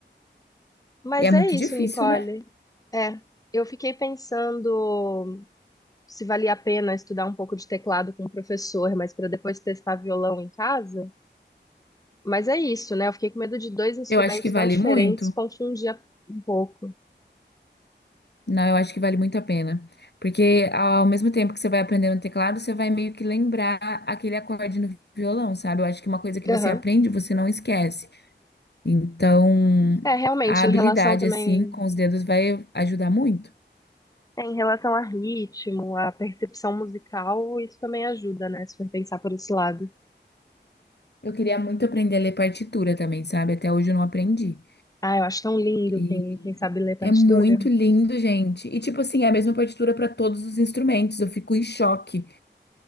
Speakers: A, on the left (about 20°); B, on the left (about 65°).
A: Mas
B: E é muito
A: é isso,
B: difícil,
A: Nicole.
B: né?
A: É, eu fiquei pensando se valia a pena estudar um pouco de teclado com o professor, mas para depois testar violão em casa. Mas é isso, né? Eu fiquei com medo de dois instrumentos
B: Eu acho que vale
A: tão diferentes
B: muito.
A: confundir a- um pouco.
B: Não, eu acho que vale muito a pena. Porque ao mesmo tempo que você vai aprender no teclado, você vai meio que lembrar aquele acorde no violão, sabe? Eu acho que uma coisa que
A: Aham.
B: você aprende, você não esquece. Então,
A: É, realmente,
B: a habilidade,
A: em relação também,
B: assim, com os dedos vai ajudar muito.
A: é, em relação a ritmo, a percepção musical, isso também ajuda, né? Se for pensar por esse lado.
B: Eu queria muito aprender a ler partitura também, sabe? Até hoje eu não aprendi.
A: Ah, eu acho tão lindo
B: E
A: quem, quem sabe ler partitura.
B: é muito lindo, gente. E, tipo assim, é a mesma partitura para todos os instrumentos. Eu fico em choque.